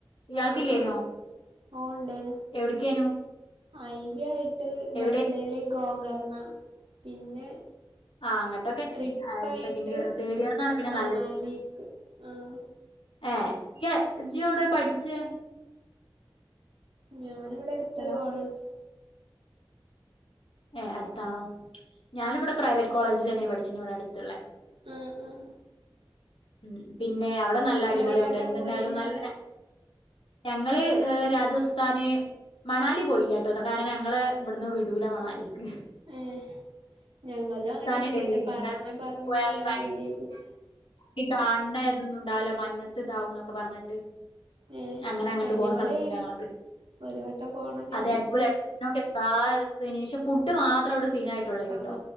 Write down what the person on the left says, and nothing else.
ഇയാൾക്കില്ലേനോ
എവിടക്കേനു
എവിടെ
ആഹ് അങ്ങട്ടൊക്കെന്നെയ്നി
സെക്കൻ് ഇയർന്ന് തേർഡ് ഇയർന്നാണ് പിന്നെ
നല്ല
ഏഹ് <unintelligible> ഇജ് എവുടെ പഠ്ച്ചേ
ഹലോ
ഏഹ് അട്ത്താണോ ഞാനിവടെ പ്രൈവറ്റ് കോളേജിലെന്നെയ പഠിച്ചിന് ഇവടെ അട്ത്ത്ള്ളേ
ഉം പിന്നെ അവടെ നല്ല
അടിപൊളിയാട്ടൊ എന്ത്ണ്ടായാലും
നല്ല ഞങ്ങള് ഏ രാജസ്ഥാന് മണാലി പോയില്ലട്ടോ കാരണം ഞങ്ങള് ഇവട്ന്ന് വിടൂല മണാലിക്ക്
രാജസ്ഥാന്
ഡൽഹിക്കും
കാരണം അങ്ങനെ
പോയാല്
ഭയങ്കര
സീനാണ് ഈ കാണ്ന്ന ഇതൊന്നും ഉണ്ടാവുല മഞ്ഞത്ത് ഇതാവുംന്നൊക്കെ പറഞ്ഞിട്ട്
അങ്ങനെ അങ്ങട്ട്
പോവാൻ സമ്മയ്ക്കൂല ഞങ്ങളെ പ്രി
അതെ അടിപൊളിയാ ട്രെയിൻ ഞമ്മക്ക് എന്താ രസം പക്ഷെ ഫുഡ് മാത്രം അവടെ സീനായിട്ടുള്ളേനിട്ടോ